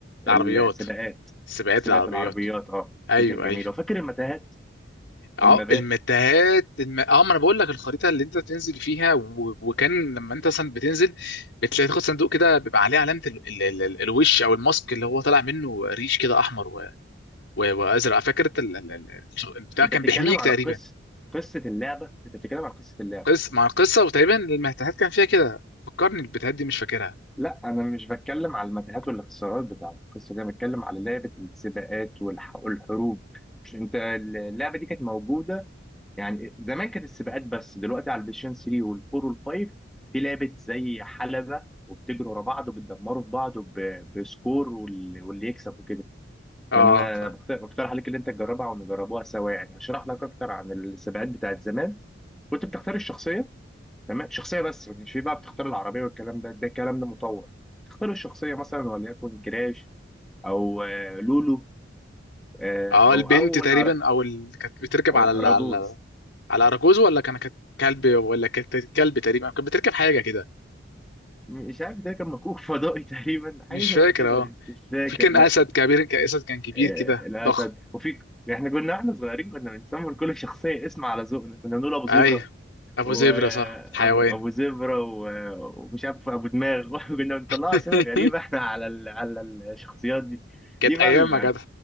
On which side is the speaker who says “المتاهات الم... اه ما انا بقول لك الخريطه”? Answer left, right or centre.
Left